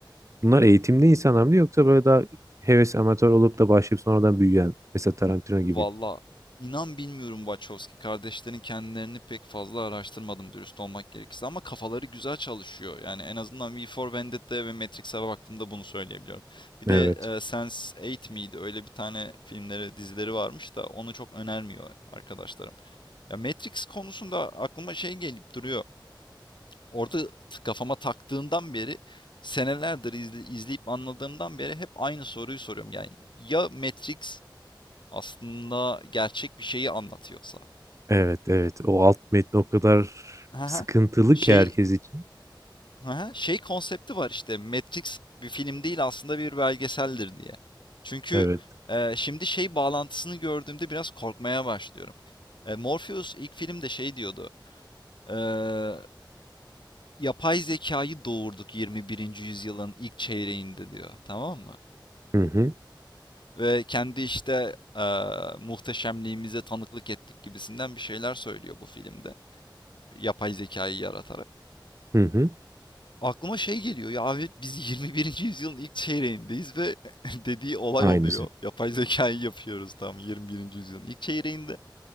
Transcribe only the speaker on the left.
Valla inan bilmiyorum Wachowski kardeşlerin kendilerini pek fazla araştırmadım dürüst olmak gerekirse ama kafaları güzel çalışıyor. Yani en azından V for Vendetta'ya ve Matrix'e baktığımda bunu söyleyebiliyorum. Bir
de e, sense Eight miydi? Öyle bir tane filmleri, dizileri varmış da onu çok önermiyor arkadaşlarım. Ya Matrix konusunda aklıma şey gelip duruyor. Orada t kafama taktığından beri senelerdir izle izleyip anladığımdan beri hep aynı soruyu soruyorum. Yani ya Matrix aslında gerçek bir şeyi anlatıyorsa
Hı
Şey
Hı Şey konsepti var işte Matrix bir film değil aslında bir belgeseldir diye. Çünkü,
eee, şimdi şey bağlantısını gördüğümde biraz korkmaya başlıyorum. Eee, Morpheus ilk filmde şey diyordu, eee, "Yapay zekayı doğurduk 21. yüzyılın ilk çeyreğinde." diyor, tamam mı?
ve kendi işte eee, muhteşemliğimize tanıklık ettik gibisinden bir şeyler söylüyor bu filmde. Yapay zekayı yaratarak.
Aklıma şey geliyor ya abi biz 21. yüzyılın ilk çeyreğindeyiz ve <laughs> dediği olay
oluyor. Yapay zekayı yapıyoruz tam 21. yüzyılın ilk çeyreğinde.